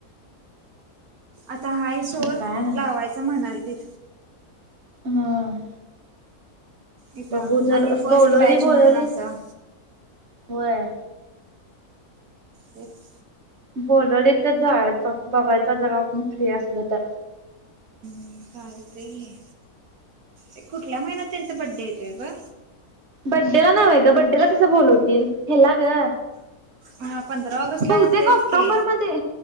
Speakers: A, on the right; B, on the right.
A: आता हाय सोड
B: हो काय ना
A: लावायचा म्हणालतीत.
B: हम.
A: इथं
B: बघू जर
A: आणि फर्स्ट
B: बोलावली
A: बॅच म्हणून
B: बोलावली,
A: असं.
B: होय.
A: तेच.
B: बोलवले तर जायाच बघायच जर आपण फ्री असल तर.
A: हम चालते घे ए कुठल्या महिन्यात त्यांचा बड्डे येतोय ग?
B: बड्डेला नव्हे आहे ग बड्डेला कसं बोलवतील हे्ला ग
A: हा पंधरा ऑगस्टला
B: बहुतेक
A: तेच
B: ऑक्टोंबर
A: की.
B: मध्ये